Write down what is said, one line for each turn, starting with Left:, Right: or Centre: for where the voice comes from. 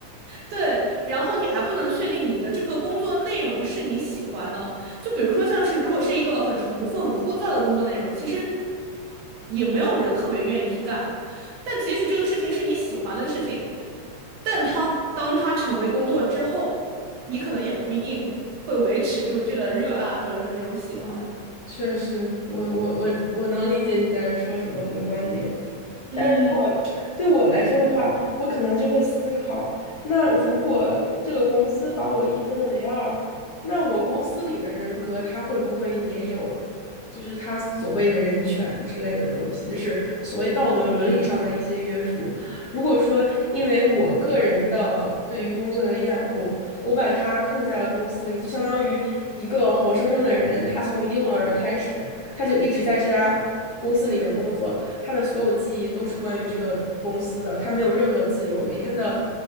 Right: 对，然后你还不能确定你的这个工作内容是你喜欢的，就比如说像是如果是一个很重复、很枯燥的工作内容，其实也没有人特别愿意去干。但即使这个事情是你喜欢的事情，但当当它成为工作之后，你可能也不一定会维持住这个热爱或者说这种喜欢。
Left: 嗯确实，我我我我能理解你在说什么，你的观点。
Right: 嗯
Left: 但对我来说的话，我可能就会思考，那如果这个公司把我一分为二，那我公司里的人格他会不会也有，就是他所谓的人权之类的东西，就是所谓道德伦理上的一些约束。如果说因为我个人的对于工作的厌恶，我把他困在了公司里，就相当于一个活生生的人，他从婴儿开始，他就一直在这家公司里面工作。他的所有记忆都是关于这个公司的，他没有任何自由，每天的，